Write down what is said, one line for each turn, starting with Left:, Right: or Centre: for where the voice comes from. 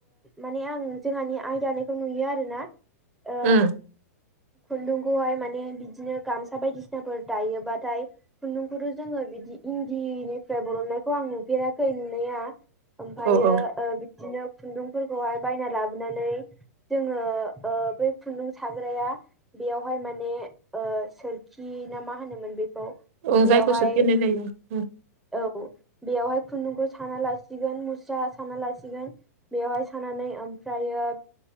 Centre: माने आं जोंहानि आय दानायखौ नुयो आरोना ओ
Right: ओम
Centre: खुन्दुंखौहाय माने बिदिनो गामसा बायदिसिना फोर दायोबाथाय खुन्दुंखौथ' जोङो बिदि इन्दिनिफ्राय बरननायखौ आं नुफेराखै नुनाया ओमफ्रायो
Right: औ औ
Centre: ओ बिदिनो खुन्दुंफोरखौहाय बायना लाबोनानै जोङो ओ बे खुन्दुं साग्राया बेयावहाय माने ओ सोरखि ना मा होनोमोन बेखौ
Right: औ
Centre: बेयावहाय
Right: जायखौ सोरखि होननाय जायो उ।
Centre: औ बेवहाय खुन्दुंखौ साना लासिगोन मुस्रा साना लासिगोन। बेवहाय सानानै ओमफ्रायो